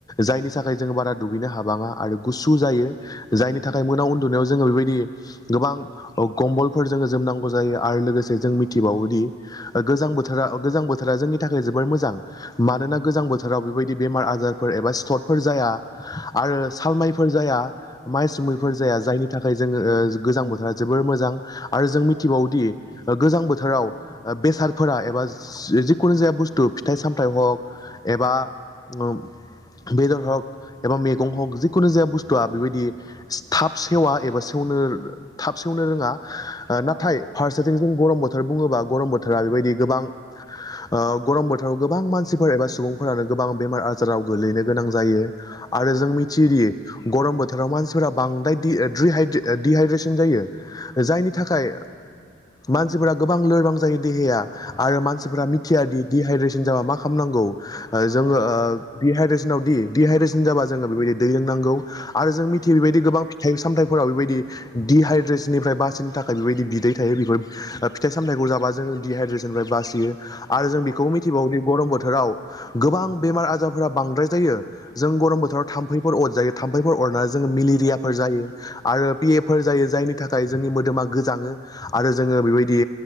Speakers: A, on the left; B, on the right.
A: जायनि थाखाय जों बारा दुगैनो हाबाङा आरो गुसु जायो जायनि थाखाय मोनायाव उन्दुनायाव जोंङो बेबायदि गोबां ओ कम्बलफोर जोङो जोमनांगौ जायो। आरो लोगोसे जों
B: औ
A: मिथिबावोदि ओ गोजां बोथोरा ओ गोजां बोथोरा जोंनि थाखाय जोबोर मोजां। मानोना गोजां
B: औ
A: बोथोराव बेबायदि बेमार आजारफोर एबा स्थरफोर जाया आरो सालमाइ जाया माइसुमैफोर
B: उम उम
A: जाया जायनि थाखाय जोंङो ओ गोजां बोथोरा जोबोर मोजां। आरो जों मिथिबावोदि।
B: औ
A: ओ गोजां बोथोराव ओ बेसादफोरा एबा जिखुनु जाया बुस्थु फिथाइ सामथाइ ह एबा ओम बेदर हक एबा मैगं हक जि। खुनु जाया बुस्थुआ बेबायदि थाब सेवा एबा सेवनो थाब सेवनो रोङा। ओ
B: औ
A: नाथाय फारसेथिं जों। गरम बोथोर बुङोबा गरम बोथोरा ओरैबायदि गोबां ओ गरम बोथोराव गोबां मानसिफोर एबा सुबुं फोरानो गोबां बेमार आजाराव गोग्लैनो गोनां जायो आरो
B: औ
A: जों मि तिदि गरम बोथोराव मानसिफोरा बांद्राय दिडहाइद्रेसन जायो। जायनि
B: उम
A: थाखाय मानसिफोरा गोबां लोरबां जायो देहहााया आरो मानसिफोरा
B: उम
A: मिथियाद दिडहाइद्रेसन जाबा मा खालामनांगौ। ओ
B: औ
A: जोंङो ओ डिहाइद्रेसनाव दि डहाइद्रेसन जाबा जोंङो बेबायदि दै लोंनांगौ। आरो जों
B: उम
A: मिथियो बेबायदि गोबां फि फिथाइ सामथाइफोराव बेबायदि दिडहाइद्रेसननिफ्राय बासिनो थाखाय बेबायदि बिदै थायो बिफोर ओ फिथाइ सामथाय बुजाबा जोंङो दिहाइद्रेसननिफ्रय बासियो। आरो जों
B: औ
A: बिखौ मिथिबावोदि गरम बोथोराव गोबां
B: उम
A: बेमार आजारफोरा बांद्राय जायो। जों गरम
B: उम
A: बोथोराव थाम्फैफोर अर जायो थाम्फैफोर अरनानै जों जों मिलिरियाफोर
B: औ
A: जायो आरो पिएफोर जायो जायनि थाखाय जोंनि मोदोमा गोजाङो आरो जोंङो बेबायदि